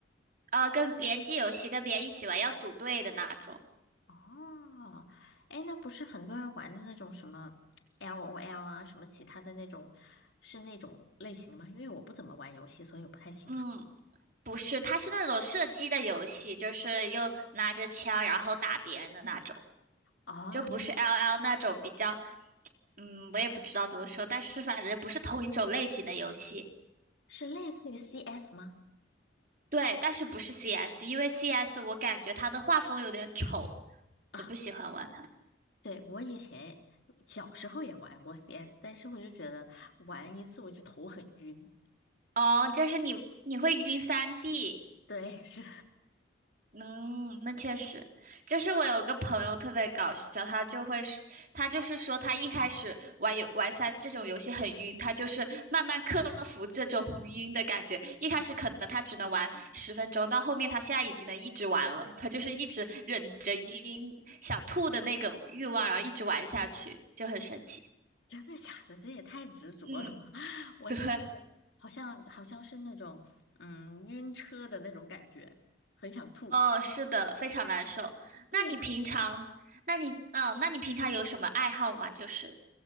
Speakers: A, on the right; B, on the left.
A: 呃，跟联机游戏跟别人一起玩要组队的那种。
B: 哦，哎，那不是很多人玩的那种什么 LOL 啊，什么其他的那种，是那种类型的吗？因为我不怎么玩游戏，所以我不太清楚。
A: 嗯。不是，它是那种射击的游戏，就是又拿着枪然后打别人的那种，
B: 哦，
A: 就不是 LL 那种比较，嗯，我也不知道怎么说，但是反正不是同一种类型的游戏。
B: 是类似于 CS 吗？
A: 对，但是不是 CS，因为 CS 我感觉它的画风有点丑，
B: <laughs>
A: 就不喜欢玩它。
B: 啊。对，我以前小时候也玩过 CS，但是我就觉得玩一次我就头很晕。
A: 哦，就是你你会晕三 D，
B: 对，是
A: 嗯，那确实，就是我有个朋友特别搞笑，他就会是他就是说他一开始玩游玩三这种游戏很晕，他就是慢慢克服这种 <laughs> 晕的感觉。一开始可能他只能玩十分钟，到后面他现在已经能一直玩了，他就是一直忍着晕想吐的那种欲望，然后一直玩下去，就很神奇。
B: <laughs> 真的假的？这也太执着了嘛！
A: 嗯，
B: <laughs> 我是觉得好像好像是那种嗯晕车的那种感觉，
A: 对，
B: 很想吐。
A: 哦，是的，非常难受。
B: 对呀。
A: 那你平常，那你，嗯，那你平常有什么爱好吗？就是。